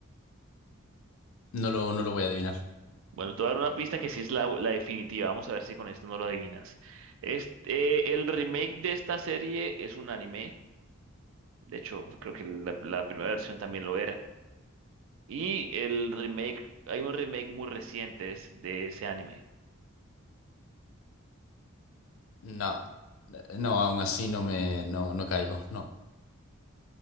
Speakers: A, on the left (about 70°); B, on the right (about 65°).
A: No lo, no lo voy a adivinar.
B: Bueno, te voy a dar una pista que sí es la, la definitiva. Vamos a ver si con esto no lo adivinas. Este, el remake de esta serie es un anime. De hecho, creo que la, la primera versión también lo era. Y el remake, hay un remake muy reciente es- de ese anime.
A: No, eh, no, aún así no me, no, no caigo. No.